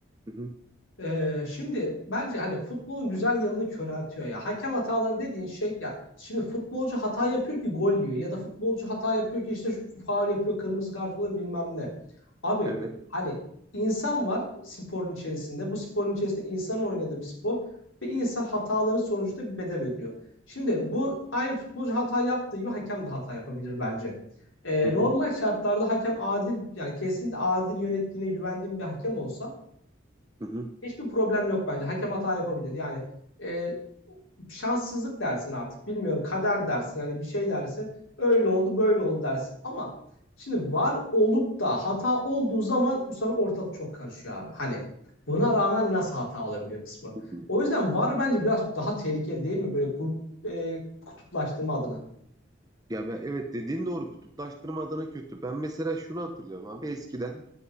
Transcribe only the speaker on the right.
Hı hı.
Evet.
Hı hı.
Hı hı.
Hı hı.
Ya ben evet dediğin doğru kutuplaştırma adına kötü. Ben mesela şunu hatırlıyorum abi eskiden